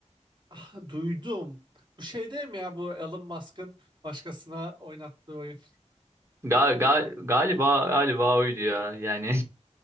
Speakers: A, on the right (about 40°); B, on the right (about 20°).
A: Ah, duydum. Bu şey değil mi ya bu Elon Musk'ın başkasına oynattığı oyun?
B: Gal, gal, galiba galiba oydu ya. Yani <laughs>